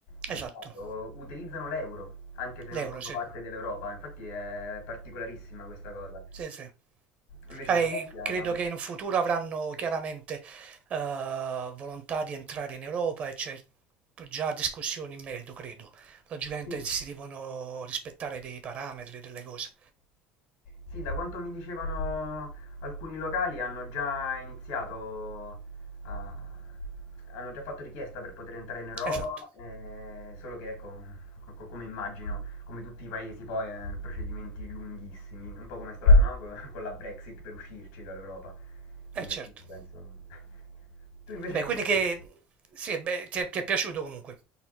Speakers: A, on the left (about 80°); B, on the right (about 35°).
A: di
B: Esatto,
A: Stato, utilizzano l'euro, anche se
B: l'euro,
A: non fanno
B: sì,
A: parte dell'Europa, infatti è particolarissima questa cosa.
B: sì, sì.
A: Invece
B: Eh,
A: in Croazia,
B: credo che in futuro avranno chiaramente eh, volontà di entrare in Europa e c'è già discussione in merito, credo. Logicamente
A: sì,
B: si devono rispettare dei parametri, delle cose.
A: Sì, da quanto mi dicevano alcuni locali hanno già iniziato a hanno già fatto richiesta per poter entrare in Europa,
B: Esatto,
A: eh, solo che ecco, co- co- come immagino, come tutti i paesi poi, eh, procedimenti lunghissimi, un po' come è stata, no? Con, con la Brexit per uscirci dall'Europa. Quindi
B: è certo.
A: alla fine penso... Tu invece
B: E beh,
A: che
B: quindi
A: mi racconti?
B: che sì, beh, ti è, ti è piaciuto comunque.